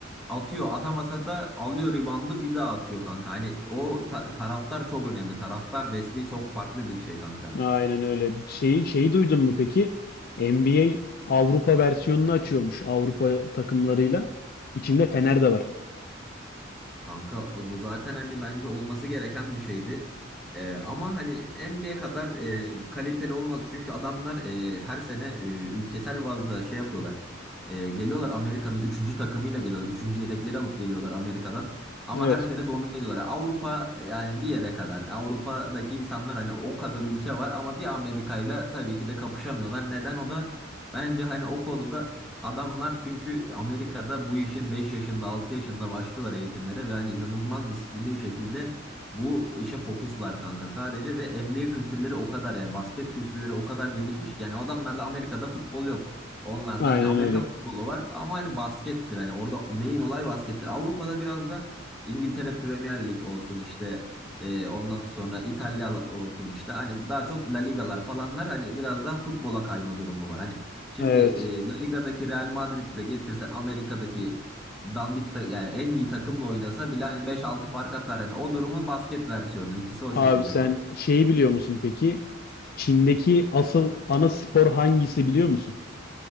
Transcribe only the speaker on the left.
Aynen öyle. Şeyi, şeyi duydun mu peki? NBA Avrupa versiyonunu açıyormuş Avrupa takımlarıyla. İçinde Fener de var.
Evet.
Aynen
öyle.
Evet.
Abi
sen
şeyi biliyor musun peki? Çin'deki asıl ana spor hangisi biliyor musun?